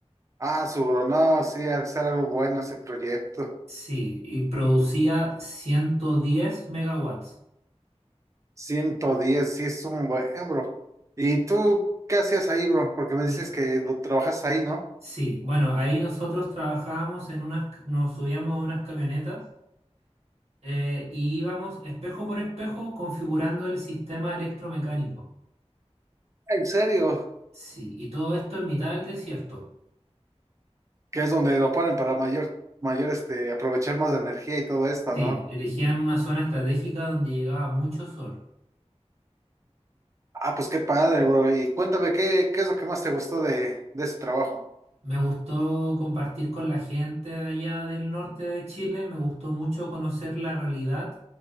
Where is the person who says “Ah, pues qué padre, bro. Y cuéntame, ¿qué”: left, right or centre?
Right